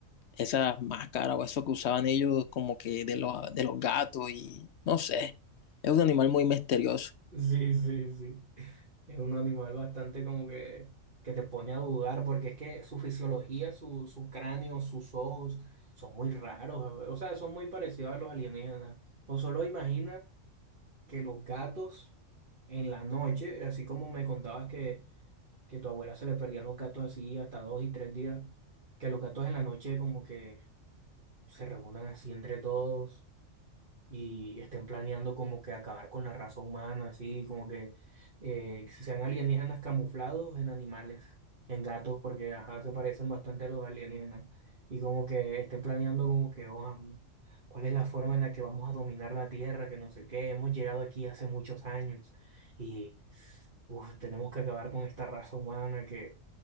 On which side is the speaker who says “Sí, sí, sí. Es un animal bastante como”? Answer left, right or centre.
Right